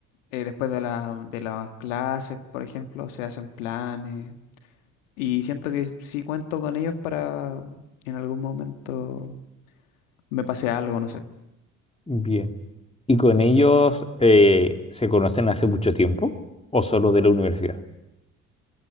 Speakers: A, on the left; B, on the left.
A: eh, después de la, de las clases, por ejemplo, se hacen planes Y siento que si cuento con ellos para en algún momento me pase algo, no sé.
B: Bien. ¿Y con ellos eh, se conocen hace mucho tiempo o solo de la universidad?